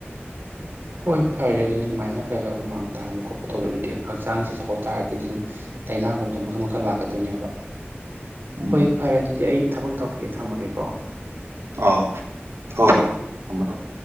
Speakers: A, on the right (about 55°); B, on the right (about 85°).
A: ꯍꯣꯏ ꯐꯔꯦ ꯑꯗꯨꯅꯤ ꯑꯗꯨꯃꯥꯏꯅ ꯈꯔ ꯈꯔ ꯍꯨꯃꯥꯡ ꯇꯥꯍꯟꯕ ꯈꯣꯠꯄ ꯇꯧꯗꯔꯗꯤ ꯍꯛꯆꯥꯡꯁꯦ ꯆꯥꯎꯈꯠ ꯇꯥꯔꯒꯗꯤ ꯑꯗꯨꯝ ꯇꯥꯏꯅꯥꯒꯨꯝꯕꯁꯤ ꯃꯈꯜ ꯃꯈꯜ ꯂꯥꯛꯀꯗꯣꯏꯅꯦꯕ꯫
B: ꯎꯝ
A: ꯍꯣꯏ ꯐꯔꯦ ꯑꯗꯨꯗꯤ ꯑꯩ ꯊꯕꯛ ꯇꯧꯈꯤꯒꯦ ꯊꯝꯃꯒꯦꯀꯣ꯫
B: ꯑꯥ ꯍꯣꯏ ꯍꯣꯏ ꯊꯝꯃꯣ ꯊꯝꯃꯣ꯫